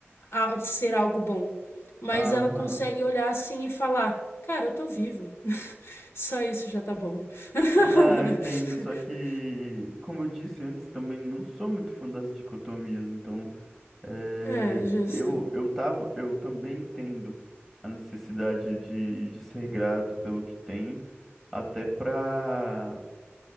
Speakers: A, on the left; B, in the centre.
A: a- ser algo bom, mas
B: Aham.
A: ela consegue olhar assim e falar: Cara, eu tô vivo. <laughs> Só isso já tá bom. <laughs>
B: Ah, eu entendo, só que, como eu disse antes, também não sou muito fã das dicotomias, então eh,
A: É, justo.
B: eu, eu tava, eu também entendo a necessidade de, de ser grato pelo que tem, até pra,